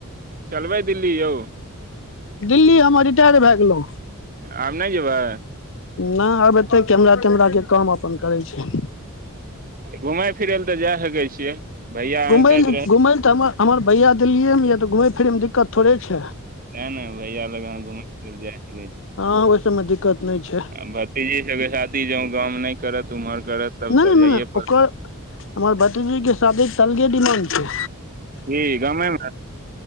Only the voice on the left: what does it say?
दिल्ली हम रिटैर भऽ गेलौ।
नै आब एतेै कैमरा- तेमरा के काम अपन करै छी।
घुमै
लए
घुमै लए तऽ हम हमर भैया दिल्लीए मे या तऽ घुमै फिरैमे दिक्कत थोड़े छै।
हँ ओहि सबमे दिक्कत नहि छै
ना,
ना, ना,
ना
ओकर हमर बतीजी के शादी के तऽ अलगे डिमाणंड छै।